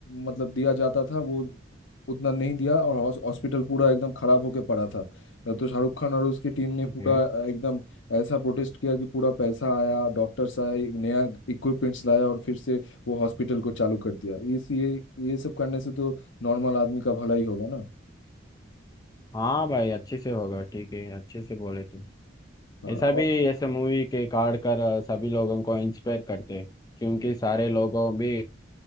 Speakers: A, on the left; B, on the left.
A: मतलब दिया जाता था वो उतना नहीं दिया और हॉस- हॉस्पिटल पूरा एकदम खराब होके पड़ा था अ, तो शाहरुख खान और उसकी टीम ने
B: ठीक
A: पूरा
B: है
A: अ, एकदम ऐसा प्रोटेस्ट किया कि पूरा पैसा आया डॉक्टर्स आए नया इक्विपमेंट्स लाया और फिर से वो हॉस्पिटल को चालू कर दिया इस ये ये सब करने से तो नॉर्मल आदमी का भला ही होगा ना
B: हाँ भाई अच्छे से होगा ठीक है अच्छे से बोले तुम
A: हाँ
B: ऐसा भी ऐसे मूवी के कार्ड कर अ, सभी लोगों को इंस्पायर करते हैं क्योंकि सारे लोगों भी